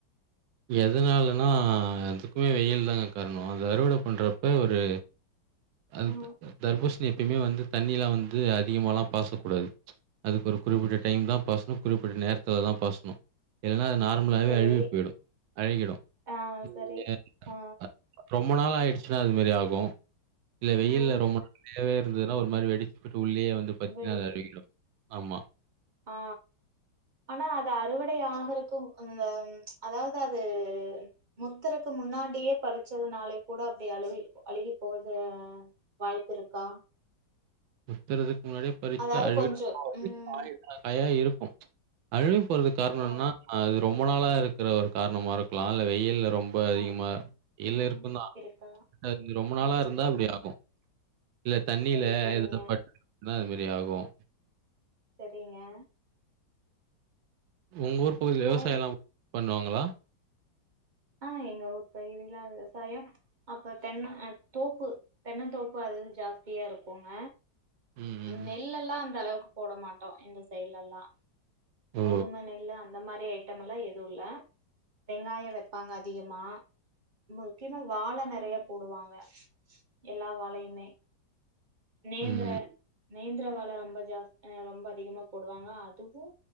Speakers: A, on the right; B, on the right.
A: எது எதனாலன்னா அதுக்குமே வெயில் அதாங்க காரணம் அது அறுவட பண்ற இப்ப ஒரு அது
B: ஆ
A: தர்பூச ணி எப்பயுமே வந்து தண்ணிலா வந்து அதிகமால பாசக்கூடாது அது ஒரு குறிப்பிட்ட டைம் தா பாசனு குறிப்பிட்ட நேரத்துல தா பாசனு இல்லன்னா நார்மலாகவே
B: சரி
A: அழுவி போயிடு அழகிடு <inaudible>
B: ஆ
A: ரொம்ப
B: சரி ஆ
A: ரொம்ப நாள் ஆயிடுச்சுன்னா அது மேரி ஆகும் இல்ல வெயில்
B: ம்
A: ரொம்ப நறையாவே இருந்துதுனா ஒரு மாரி வெடிச்சி போயிடு சூடுலேயே வந்து பாத்தீனா
B: வெடிச்சு
A: அது அழிகிடு ஆமா
B: ஆ ஆனா அது அறுவடை ஆகறக் கும் அந்த அதாவது அது முத்தருக்கு முன்னாடியே பறிச்சதுனாலே கூட அப்டி அழுக அழுகி போகுது வாய்ப்பு இருக்கா
A: முத்தறதுக்கு முன்னாடியே பறிச்ட்டா
B: அதாவது
A: அதுவே
B: கொஞ்சோ
A: <unintelligible>
B: ம்
A: இருக்கும் அழு கி போறதுக் காரண
B: ஓ
A: என்னனா அது ரொம்ப நாளா இருக்கிற ஒரு காரணமா இருக்கலா இல்ல வெய்யில்ல ரொம்ப அதிகமா
B: ஆ
A: வெயில்
B: ம்
A: இருக்கு தா
B: இருக்கா
A: அது ரொம்ப நாளா
B: இருக்
A: இருந்தா அப்டி
B: ஆ
A: ஆகு இல்ல தண்ணில
B: சரி சரிங்க
A: எதாவது பட்டுருந்திச்சினா அது மேரி ரியாகும்
B: செரிங்க
A: ஒங்கூர் பகுதில விவசாய
B: அதா இப்
A: எல்லா பண்ணுவாங்களா
B: ஆ எங்க ஊர் பகுதியிலா விவசாயம் அப்ப தென்னந் அ தோப்பு தென்னந் தோப்பு அது வந்து ஜாஸ்தியா இருக்குங்க
A: ம், ம்.
B: நெல்லெல்லா அந்தளவுக் போட மாட்டோ இந்த சைய்ட்லெல்லா
A: ஓ!
B: கோதும நெல்லு அந்த மாரி ஐட்டமெல்லா எதும் இல்ல வெங்காயம் வெப்பாங்க அதிகமா முக்கியமா வாழ நெறையா போடுவாங்க எல்லா வாழயுமே நேந்த்ர
A: ம்,
B: நேந்த்ர வாழ ரொம்ப ஜாஸ் ஆ ரொம்ப அதிகமா போடுவாங்க அதுவும்